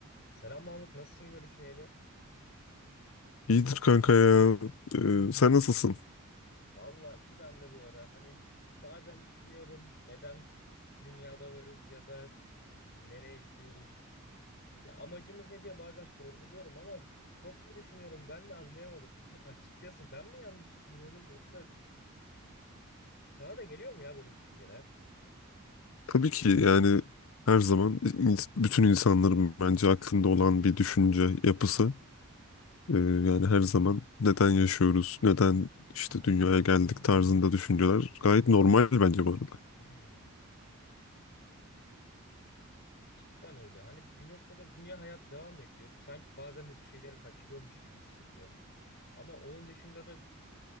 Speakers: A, on the left; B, on the left.
A: Selam Mahmut, nasılsın görüşmeyeli?
B: İyidir kanka ya. Ee, sen nasılsın?
A: Valla iyi ben de bu ara. Hani bazen düşünüyorum neden dünyada varız ya da nereye gidiyoruz? Ya amacımız ne diye bazen sorguluyorum ama çok mu düşünüyorum ben de anlayamadım. <laughs> Açıkçası ben mi yanlış düşünüyorum yoksa sana da geliyor mu ya böyle düşünceler?
B: Tabii ki yani her zaman in- bütün insanların bence aklında olan bir düşünce yapısı. Ee, yani her zaman neden yaşıyoruz, neden işte dünyaya geldik tarzında düşünceler gayet normal bence bu arada.
A: Hmm, cidden öyle. Hani bir noktada dünya hayatı devam ediyor. Sanki bazen de bir şeyleri kaçırıyormuş gibi hissediyorum. Ama onun dışında da